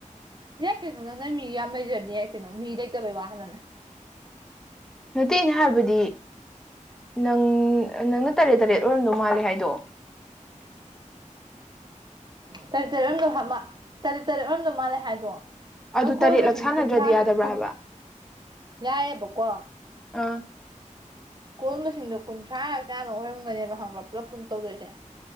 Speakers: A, on the right; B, in the centre.
A: ꯌꯥꯏ ꯀꯩꯅꯣ ꯅꯪꯅ ꯃꯤ ꯌꯥꯝ ꯂꯩꯖꯔꯗꯤ ꯌꯥꯏ ꯀꯩꯅꯣ ꯃꯤ ꯂꯩꯇꯕꯩ ꯋꯥ ꯈꯛꯇꯅꯦ꯫
B: ꯅꯠꯇꯦ ꯑꯩꯅ ꯍꯥꯏꯕꯗꯤ꯫ ꯅꯪ ꯅꯪꯅ ꯇꯔꯦꯠ ꯇꯔꯦꯠ ꯑꯣꯏꯔꯝꯗꯧ ꯃꯥꯜꯂꯦ ꯍꯥꯏꯗꯣ꯫
A: ꯇꯔꯠ ꯇꯔꯦꯠ ꯑꯣꯔꯝꯗꯧ ꯇꯔꯦꯠ ꯇꯔꯦꯠꯂꯣꯝꯗꯧ ꯃꯥꯜꯂꯦ ꯍꯥꯏꯗꯣ ꯃꯣꯏ
B: ꯑꯗꯨ
A: ꯀꯣꯜ
B: ꯇꯔꯦꯠꯂꯛ
A: ꯃꯁꯤꯡꯗꯨ
B: ꯁꯥꯟꯅꯗ꯭ꯔꯗꯤ
A: ꯀꯨꯟꯊ꯭ꯔꯥ
B: ꯌꯥꯗꯕ꯭ꯔꯥ
A: ꯁꯨ ꯀꯨꯟ
B: ꯍꯥꯏꯕ
A: ꯌꯥꯏꯌꯦꯕꯀꯣ
B: ꯑꯥ꯫
A: ꯀꯣꯜ ꯃꯁꯤꯡꯗꯣ ꯀꯨꯟꯊ꯭ꯔꯥ ꯀꯌꯥꯅꯣ ꯑꯣꯏꯔꯝꯒꯅꯦꯕ ꯈꯪꯕ꯭ꯔꯥ ꯄꯨꯂꯞ ꯄꯨꯟ ꯇꯧꯗꯣꯏꯁꯦ